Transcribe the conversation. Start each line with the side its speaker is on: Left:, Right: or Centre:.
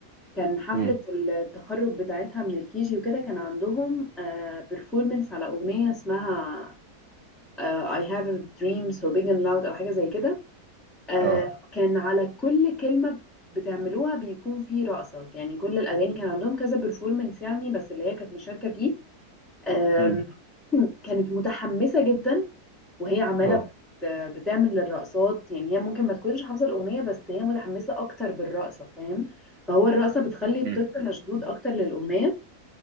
Centre: كان حفلة
Right: امم
Centre: التخرج بتاعتها من الكيجي وكده كان عندهم بيرفورمنس على أغنية اسمها آه، I have a dream so big and loud أو حاجة زي كده آه،
Right: اه
Centre: كان على كل كلمة بتعملوها بيكون في رقصة يعني كل الأغاني كان عندهم كذا performance يعني بس اللي هي كانت مشاركة فيه آم،
Right: امم
Centre: كانت متحمسة جدا وهي عمالة
Right: اه
Centre: بت- بتعمل الرقصات يعني هي ممكن ما تكونش حافظة الأغنية بس هي متحمسة أكتر بالرقصة فاهم فهو الرقصة بتخلي الطفل
Right: امم
Centre: مشدود أكتر للأغنية